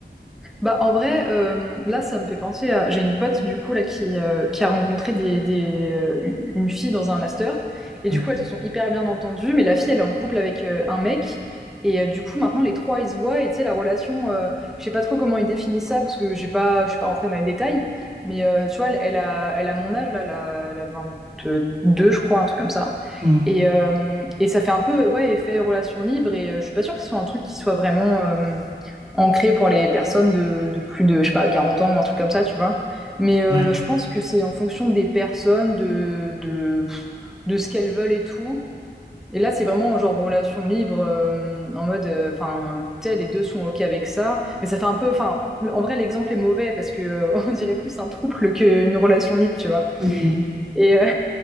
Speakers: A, in the centre; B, on the right.
A: Bah, en vrai, euh, là, ça me fait penser à. J'ai une pote, du coup, là, qui, euh, qui a rencontré des, des, euh, une fille dans un master. Et
B: Ouais.
A: du coup, elles se sont hyper bien entendues. Mais la fille, elle est en couple avec euh, un mec. Et euh, du coup, maintenant, les trois, ils se voient. Et tu sais, la relation, euh, je sais pas trop comment ils définissent ça parce que j'ai pas, je suis pas rentrée dans les détails. Mais euh, tu vois, elle, elle a, elle a mon âge, là, elle a, elle a 22, je crois, un truc comme ça.
B: Mm.
A: Et, euh, et ça fait un peu, ouais, effet relation libre. Et euh, je suis pas sûre que ce soit un truc qui soit vraiment. euh, ancré pour les personnes de, de plus de, je sais pas, 40 ans ou un truc comme ça, tu vois. Mais euh,
B: Ouais.
A: je pense que c'est en fonction des personnes, de, de, pff, de ce qu'elles veulent et tout. Et là, c'est vraiment genre relation libre, euh, en mode, euh, enfin, tel, les deux sont OK avec ça. Mais ça fait un peu, enfin, le- en vrai, l'exemple est mauvais parce que euh, <laughs> on dirait plus un trouble qu'une relation libre, tu vois.
B: Mm.
A: Et, euh,